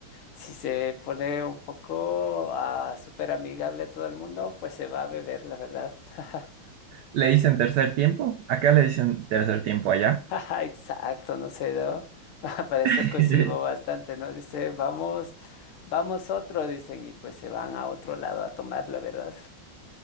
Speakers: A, on the left; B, on the right.
A: Si se pone un poco ah, súper amigable todo el mundo, pues se va a beber, la verdad. <laughs>
B: ¿Le dicen tercer tiempo? Acá le dicen tercer tiempo allá.
A: Ajá, Exacto, no sé, ¿no? <laughs> Al parecer
B: <laughs>
A: coincidimos bastante, ¿no? Dice, vamos, vamos otro, dicen, y pues se van a otro lado a tomar, la verdad.